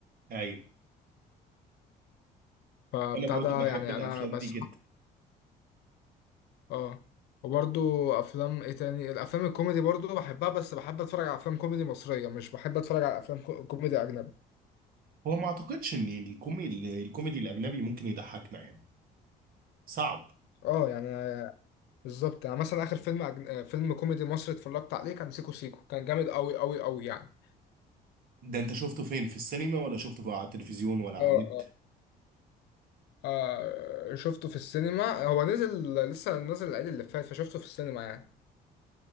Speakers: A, on the right (about 60°); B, on the left (about 80°).
A: ايوه
B: فبتاع
A: انا برضو
B: ده
A: بحب
B: يعني
A: الافلام
B: انا بس
A: دي جدا
B: اه وبرضو افلام ايه تاني الافلام الكوميدي برضو بحبها بس بحب اتفرج على افلام كوميدي مصريه مش بحب اتفرج على افلام كو- كوميدي اجنبي
A: هو ما اعتقدش ان الكوميدي الكوميدي الاجنبي ممكن يضحكنا يعني صعب
B: اه يعني بالظبط يعني مثلا اخر فيلم أجن... آه، فيلم كوميدي مصري اتفرجت عليه كان سيكو سيكو كان جامد قوي قوي قوي يعني
A: ده انت شفته فين في السينما ولا شفته في- على التلفزيون ولا على
B: اه
A: النت
B: اه آه، شفته في السينما هو نزل لسه نزل العيد اللي فات فشفته في السينما يعني